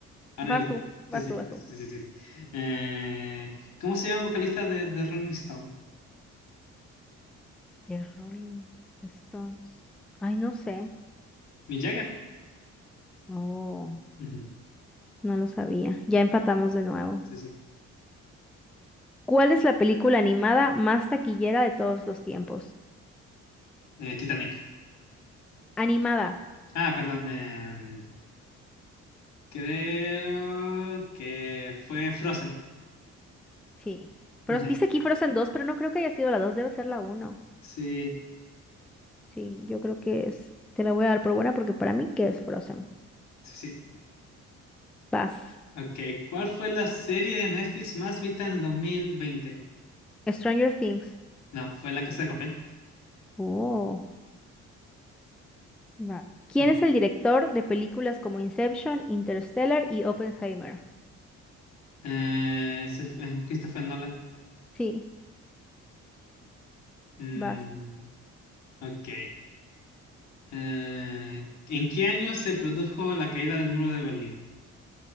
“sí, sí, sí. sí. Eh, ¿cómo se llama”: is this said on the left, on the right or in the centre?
Left